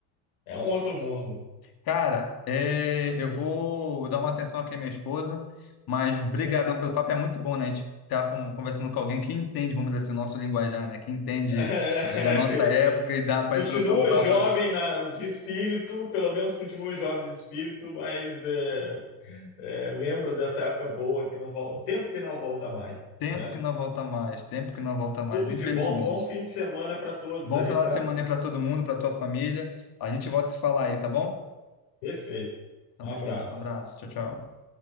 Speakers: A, on the left (about 80°); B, on the left (about 50°).
A: É um outro mundo.
B: Cara, é, eu vou dar uma atenção aqui à minha esposa, mas brigadão
A: Sim.
B: pelo papo, é muito bom, né? A gente tá com- conversando com alguém que entende, vamos dizer assim, o nosso linguajar, né? Que entende
A: <laughs> É,
B: da nossa
A: que,
B: época e dá para
A: continua
B: trocar um papo
A: jovem na, de espírito, pelo menos continua jovem de espírito, mas é, é, lembra dessa época boa que não volta, um tempo que não volta mais,
B: Tempo
A: né?
B: que não volta mais, tempo que não volta mais,
A: Tudo
B: infelizmente.
A: de bom, bom fim de semana para todos
B: Bom
A: aí,
B: final
A: tá?
B: de semana aí para todo mundo, para tua família. A gente volta a se falar aí, tá bom?
A: Perfeito.
B: Tamo
A: Um abraço.
B: junto. Um abraço. Tchau, tchau.